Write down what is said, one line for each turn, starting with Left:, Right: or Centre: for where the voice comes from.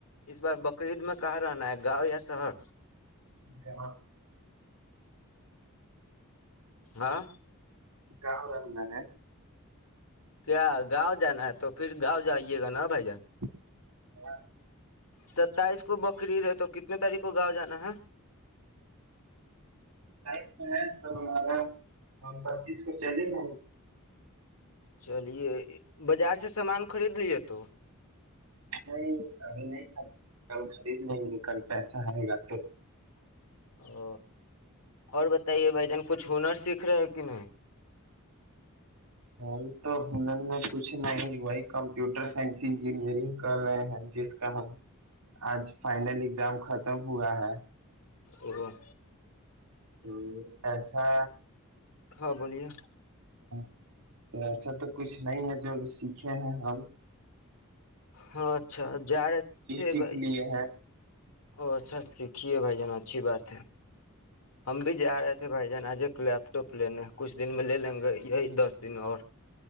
Left: اس بار بقرعید میں کہاں رہنا ہے گاؤں یا شہر
Right: ہے
Left: ہاں
Right: کیا رہ میں ہے
Left: کیا گاؤں جانا ہے تو پھر گاؤں جائیے گا نا بھائی جان
Right: و
Left: ستائیس کو بقرریید ہے تو کتنے تاریخ کو گاؤں جانا ہے
Right: س میں ہے تو ہمارا پچیس کو چلے گ
Left: چلیے بازار سے سامان خرید لیے تو
Right: نہیں اھی نہیں کل خرید لیں گے کل پیسہ آئے گا تو
Left: او اور بتائیے بھائی جان کچھ ہنر سیکھ رہے ہے کہ نہیں
Right: ہل تو ہ میں کچھ نہیں ہوئی کمپیوٹر سائنس انجینئرنگ کر رہے ہیں جس کا ہم آج فائنل ایگزام ختم ہوا ہے
Left: وہ
Right: ہ ایسا
Left: ہاں بولیے
Right: <inaudible> تو ایسا تو کچھ نہیں ہے جو اب سیکھے کیا ہ
Left: ہاں اچھا جا رہے تھے
Right: سیکھ
Left: بائی
Right: لیے ہیں
Left: ا اچھا ٹھیک دھیے بھائی جان اچھی بات ہے ہم بھی جا رہے تھے بھائی جان آج ایک لیپ ٹاپ لینے ہیں کچھ دن میں لے لیں گے یہی دس دن اور